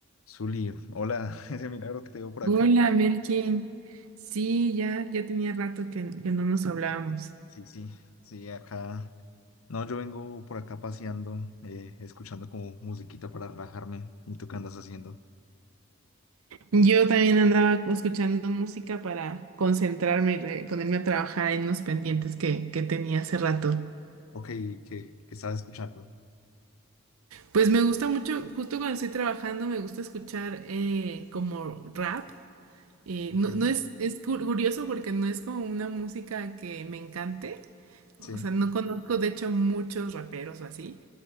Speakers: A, on the left (about 80°); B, on the right (about 80°).
A: Zuli, hola, <laughs> ese milagro que te veo por acá.
B: Hola, Melkin. Sí, ya, ya tenía rato que, que no nos hablábamos.
A: Sí, sí, sí, acá. No, yo vengo por acá paseando, eh, escuchando como musiquita para relajarme. ¿Y tú qué andas haciendo?
B: Yo también andaba escuchando música para concentrarme y re- ponerme a trabajar en unos pendientes que, que tenía hace rato.
A: Ok, ¿qué, qué estás escuchando?
B: Pues me gusta mucho, justo cuando estoy trabajando, me gusta escuchar eh, como rap. Eh,
A: Ok.
B: no, no es, es cur- curioso porque no es como una música que me encante.
A: Sí,
B: O sea, no conozco de hecho muchos raperos o así.